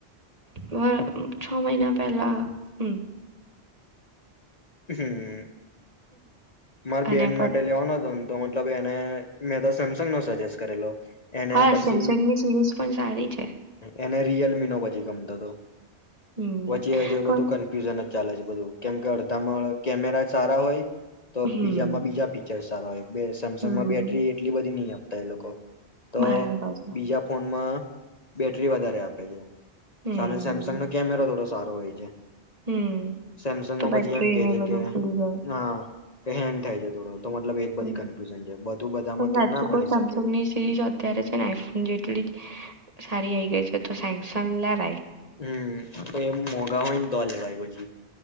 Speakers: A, on the right; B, on the left.
A: <unintelligible> છ મહિના પહેલા હમ
B: હમ માર
A: અને
B: બેન
A: પછી
B: માટે લેવાનો હતો તો મતલબ એને મેં તો સેમસંગનો સજેસ્ટ કરેલો એને
A: હા
B: પછી
A: સેમસંગની સિરીઝ પણ સારી છે.
B: એને રિયલમીનો પછી ગમતો તો.
A: હમ
B: વચ્ચે હજ
A: પણ
B: બધું કન્ફ્યુઝન હ ચાલે છે. બધું કેમ કે તમળ કેમેરા સારા હોય તો
A: હમ
B: બીજામાં બીજા પીચર્સ તારોય બે સેમસંગમાં
A: હમ
B: બેટરી એટલી બધી નહી આપ તા એ લોકો તો
A: બરાબર છે
B: બીજા ફોનમાં બેટરી વધારે આપે છે.
A: હમ
B: સામે સેમસંગનો કેમેરો થોડો સારો હોય છે.
A: હમ
B: સેમસંગમાં
A: તો બેટરી
B: પછી એમ કે
A: ને
B: છે
A: બધું
B: કે
A: ફૂલી જાય
B: ના હેંગ થાય છે થોડો તો મતલબ એ જ બધી
A: હમ
B: કન્ફ્યુઝન છે. બધું બધામાં
A: પણ
B: તો
A: સાચું
B: ના મળી
A: કવ સેમસંગની
B: શકે.
A: સિરીઝ અત્યારે છે ને આઈફોન જેટલી જ સારી આઈ ગઈ છે. તો સેંગસંગ લેવાય.
B: હમ તો એ મોંઘા હોયને તો લેવાય પછી